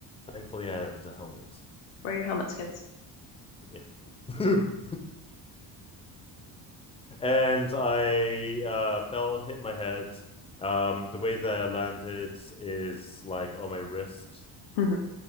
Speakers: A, on the left; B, on the left.
A: Thankfully, I had a helmet.
B: Wear your helmets, kids.
A: Yeah. <laughs> and I uh, fell, hit my head. Um, the way that I landed is like on my wrist,
B: hmm